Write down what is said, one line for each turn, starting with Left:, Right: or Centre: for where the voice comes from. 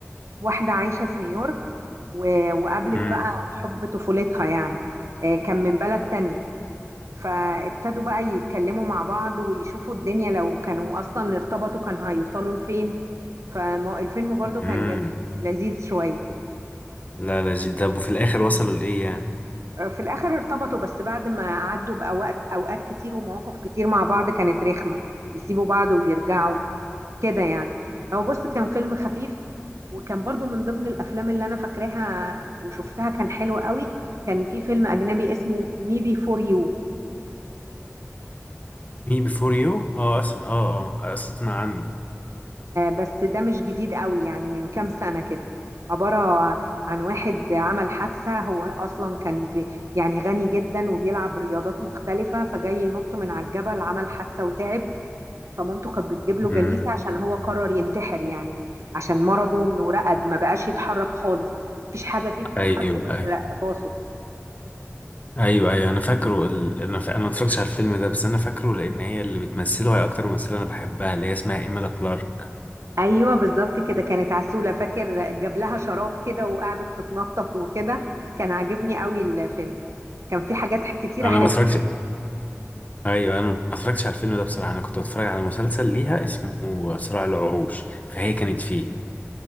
Right: واحده عايشه في نيويورك و- وقابلت
Left: امم
Right: بقى حب طفولتها يعني آه، كان من بلد تانية فابتدوا بقى يتكلموا مع بعض ويشوفوا الدنيا لو كانوا اصلا ارتبطوا كان هيوصلوا لفين فالفيلم برضو
Left: امم
Right: كان جميل ولذيذ شويه
Left: لا لا جي طب وفي الاخر وصلوا لايه يعني
Right: في الاخر ارتبطوا بس بعد ما عدوا باوقات اوقات كتير ومواقف كتير مع بعض كانت رخمه يسيبوا بعض ويرجعوا كده يعني هو بص كان فيلم خفيف وكان برضو من ضمن الافلام اللي انا فاكراها وشفتها كان حلو قوي كان في فيلم اجنبي اسمه مي بي فور يو
Left: مي بيفور يو اه أس... اه اه اسمع عنه
Right: بس ده مش جديد قوي يعني من كام سنه كده عباره عن واحد عمل حادثه هو اصلا كان بي يعني غني جدا وبيلعب رياضات مختلفه فجاي ينط من على الجبل عمل حادثه وتعب فمامته كانت بتجيب له
Left: امم
Right: جليسة عشان هو قرر ينتحر يعني عشان مرضه انه رقد ما بقاش يتحرك خالص مفيش حاجة فيه بتتحرك
Left: ايوه ايوه
Right: غير راسه
Left: ايوه ايوه انا فاكره ال... انا ف... انا ما اتفرجتش على الفيلم ده بس انا فاكره لان هي اللي بتمثله هي اكتر ممثله انا بحبها اللي هي اسمها ايميلا كلارك
Right: ايوه بالظبط كده كانت عسولة فاكر جاب لها شراب كده وقعدت تتنطط وكده كان عاجبني قوي الفيلم كان فيه حاجات كتيرة
Left: انا
Right: حلوة
Left: ما اتفرجتش ايوه انا ما اتفرجتش على الفيلم ده بصراحه انا كنت بتفرج على مسلسل ليها اسمه صراع العروش فهي كانت فيه